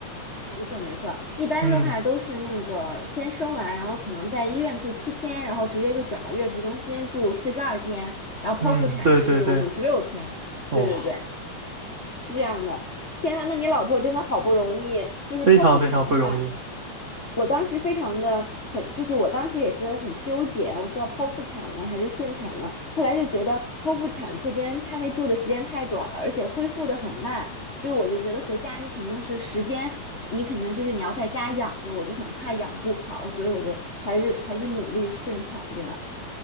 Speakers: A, on the left; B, on the right.
A: 没错没错，一般的话都是那个先生完，
B: 嗯
A: 然后可能在医院住七天，然后直接就转到月子中心住四十二天，然后剖腹产是五十六天。
B: 嗯，对对对，哦，
A: 对对对，是这样的，天呐，那你老婆真的好不容易，就是剖腹产的话，
B: 非常非常不容易。
A: 我当时非常的很，就是我当时也是很纠结啊，我是要剖腹产呢还是顺产呢？后来就觉得剖腹产这边他那住的时间太短了，而且恢复的很慢，就是我就觉得回家你肯定是时间，你可能就是你要在家养着，我就很怕养不好，所以我就还是还是努力顺产这样。